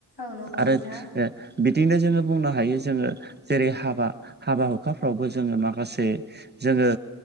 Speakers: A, on the left (about 80°); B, on the right (about 25°).
A: औ नंगौ नोंथां
B: आरो
A: औ
B: ओ बिदिनो जोङो बुंनो हायो जोङो जेरै हाबा हाबा हुखाफ्रावबो जोङो माखासे जोङो